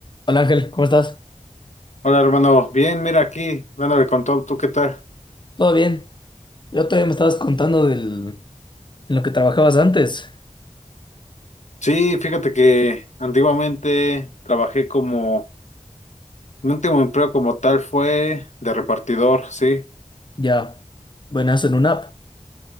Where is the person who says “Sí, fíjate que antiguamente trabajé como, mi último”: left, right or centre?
Left